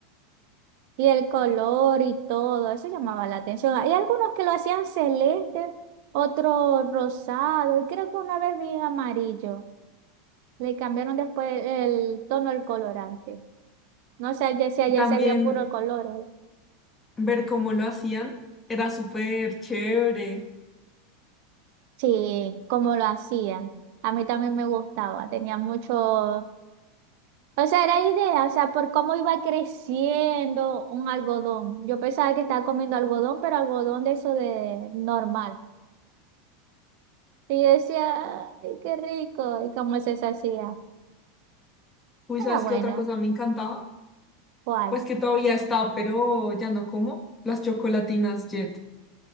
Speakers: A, on the right (about 60°); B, on the left (about 20°).
A: Y el color y todo, eso llamaba la atención. Hay algunos que lo hacían celeste, otro rosado, y creo que una vez vi amarillo. Le cambiaron después el tono del colorante. No sé ya si
B: y
A: allá
B: también
A: se veía puro color. ¿eh?
B: ver cómo lo hacían era súper chévere.
A: Sí, como lo hacían. A mí también me gustaba, tenía mucho... O sea, era idea, o sea, por cómo iba creciendo un algodón. Yo pensaba que estaba comiendo algodón, pero algodón de eso de normal. Y yo decía, ay, qué rico. ¿Y cómo se hacía?
B: Uy,
A: Era
B: ¿sabes
A: bueno.
B: qué otra cosa me encantaba?
A: ¿Cuál?
B: Pues que todavía está, pero ya no como. Las chocolatinas Jet.